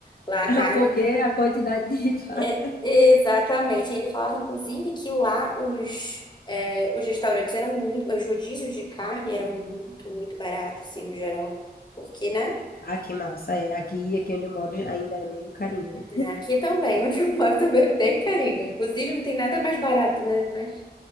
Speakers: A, on the left; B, on the left.
A: Lá a
B: <laughs>
A: carne
B: Porque a quantidade de <laughs> vacas,
A: É,
B: né?
A: exatamente. Ele falava, inclusive, que lá os, é, os restaurantes eram muito, os rodízios de carne eram muito, muito baratos, assim, no geral. Porque, né?
B: Ah, que massa, é. Aqui, aqui onde eu moro ainda é meio carinho.
A: né, Aqui também, <laughs> onde eu moro, também é bem carinho. Inclusive, não tem nada mais barato, né? Mas